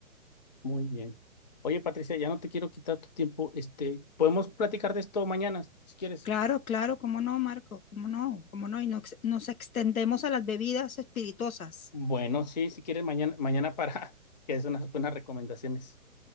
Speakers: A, on the left (about 35°); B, on the left (about 90°).
A: Muy bien. Oye, Patricia, ya no te quiero quitar tu tiempo. Este, podemos platicar de esto mañana, si quieres.
B: Claro, claro, cómo no, Marco, cómo no, cómo no, y nos, nos extendemos a las bebidas espirituosas.
A: Bueno,
B: <laughs>
A: sí, si quieres, mañana, mañana para <laughs> que des unas buenas recomendaciones.